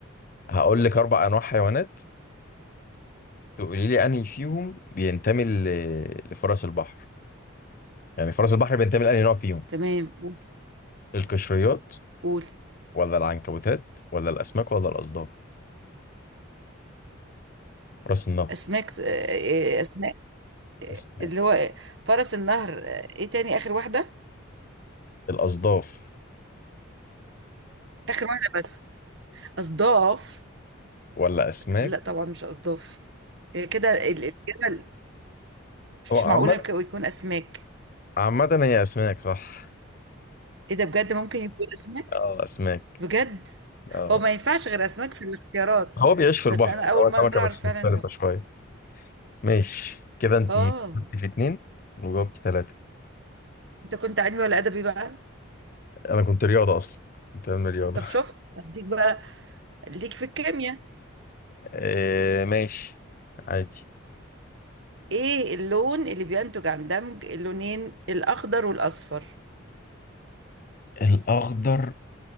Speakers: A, on the left; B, on the right.
A: هقول لك اربع انواع حيوانات تقولي لي انهي فيهم بينتمي ل- لفرس البحر يعني فرس البحر بينتمي لانهي نوع فيهم
B: تمام ممكن
A: القشريات
B: قول
A: ولا العنكبوتات ولا الاسماك ولا الاصداف فرس النهر
B: اسماك آه، آه، اسماء
A: اسماك
B: اللي هو فرس النهر آه، ايه تاني اخر واحده
A: الاصداف
B: اخر واحده بس اصداف
A: ولا اسماك
B: لا طبعا مش اصداف آه، كده ال- الجبل مش
A: هو عامة
B: معقوله ك- يكون اسماك
A: عامة هي اسماك صح
B: ايه ده بجد ممكن يكون اسماك
A: اه اسماك
B: بجد
A: اه
B: هو ما ينفعش غير اسماك في الاختيارات
A: هو بيعيش في
B: بس
A: البحر
B: انا
A: يعني
B: اول
A: هو
B: مره
A: سمكة
B: اعرف
A: بس
B: فعلا
A: مختلفة
B: انه
A: شوية ماشي كده انت
B: اه
A: جبتي في اتنين وجاوبتي تلاتة
B: انت كنت علمي ولا ادبي بقى
A: انا كنت رياضة اصلا كنت بعمل رياضة
B: طب شفت هديك بقى ليك في الكيمياء
A: <laughs> آه ماشي عادي
B: ايه اللون اللي بينتج عن دمج اللونين الاخضر والاصفر
A: الاخضر